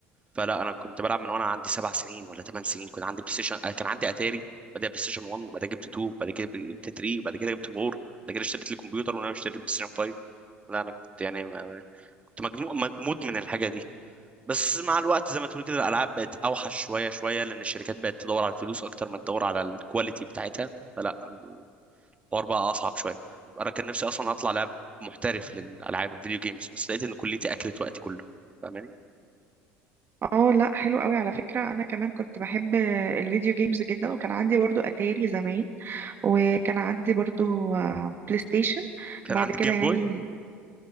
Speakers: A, on the right; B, on the right.
A: فلا انا كنت بلعب من وانا عندي سبع سنين ولا ثمان سنين كنت عندي بلاي ستيشن آه، كان عندي اتاري بعدها بلاي ستيشن 1 بعد كده جبت 2 بعد كده جبت 3 بعد كده جبت 4 بعد كده اشتريت الكمبيوتر وانا اشتريت بلاي ستيشن 5 لا انا كنت يعني ما- كنت مجموع م- مدمن الحاجه دي بس مع الوقت زي ما تقول كده الالعاب بقت اوحش شويه شويه لان الشركات بقت تدور على الفلوس اكتر ما تدور على الكواليتي بتاعتها فلا الحوار بقى اصعب شويه انا كان نفسي اصلا اطلع لاعب محترف للالعاب الفيديو جيمز بس لقيت ان كليتي اكلت وقتي كله فاهماني
B: اه لا حلو قوي على فكرة انا كمان كنت بحب الفيديو جيمز جدا وكان عندي برضو اتاري زمان وكان عندي برضو آه، بلاي ستيشن
A: كان
B: بعد
A: عندي
B: كده
A: جيم
B: يعني
A: بوي